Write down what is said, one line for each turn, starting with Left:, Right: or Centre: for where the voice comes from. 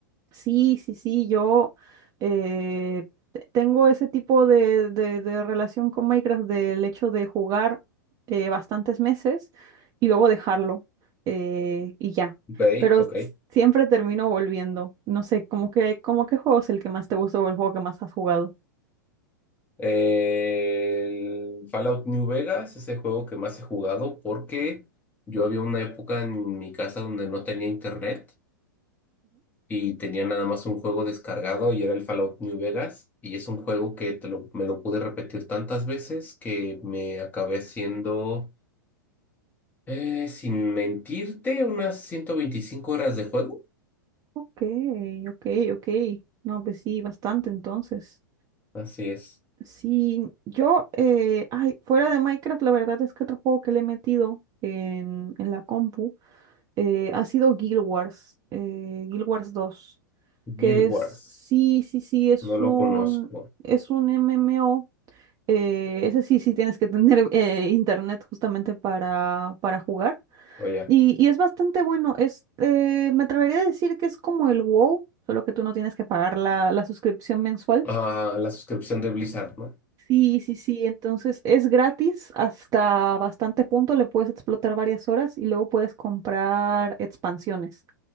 Right: sí, sí, sí, yo eh, te- tengo ese tipo de, de- de relación con Minecraft del hecho de jugar eh, bastantes meses y luego dejarlo eh, y ya.
Left: Ok,
Right: Pero
Left: ok.
Right: s- siempre termino volviendo. No sé, ¿cómo que, cómo qué juego es el que más te gusta o el juego que más has jugado?
Left: El Fallout New Vegas es el juego que más he jugado porque yo había una época en mi casa donde no tenía internet y tenía nada más un juego descargado y era el Fallout New Vegas. Y es un juego que te lo- me lo pude repetir tantas veces que me acabé haciendo, eh, sin mentirte, unas 125 horas de juego.
Right: Ok, ok, ok. No, pues sí, bastante entonces.
Left: Así es.
Right: Sí, yo, eh, ay, fuera de Minecraft, la verdad es que otro juego que le he metido en, en la compu eh, ha sido Guild Wars, eh, Guild Wars dos
Left: Guild
Right: que es,
Left: Wars.
Right: sí, sí, sí, es
Left: No lo
Right: un,
Left: conozco.
Right: es un MMO. eh, ese sí, sí tienes que tener eh, internet justamente para, para jugar.
Left: Oye,
Right: Y, y es bastante bueno. Es, eh, me atrevería a decir que es como el WoW, solo que tú no tienes que pagar la, la suscripción mensual.
Left: ah, la suscripción de Blizzard, ¿no?
Right: Sí, sí, sí. Entonces es gratis hasta bastante punto. Le puedes explotar varias horas y luego puedes comprar expansiones.